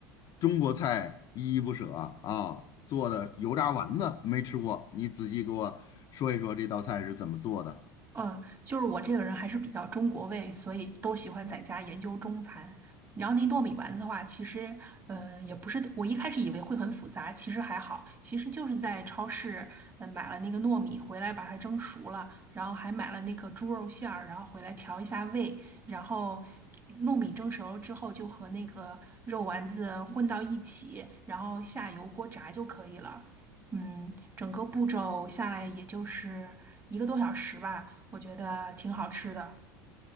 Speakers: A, on the left; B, on the right.
A: 中国菜依依不舍啊！做的油炸丸子没吃过，你仔细给我说一说这道菜是怎么做的？
B: 嗯，就是我这个人还是比较中国味，所以都喜欢在家研究中餐。然后那糯米丸子的话，其实，嗯，也不是，我一开始以为会很复杂，其实还好，其实就是在超市，呃，买了那个糯米回来，把它蒸熟了，然后还买了那个猪肉馅儿，然后回来调一下味，然后糯米蒸熟了之后，就和那个肉丸子混到一起，然后下油锅炸就可以了。嗯，整个步骤下来也就是一个多小时吧，我觉得挺好吃的。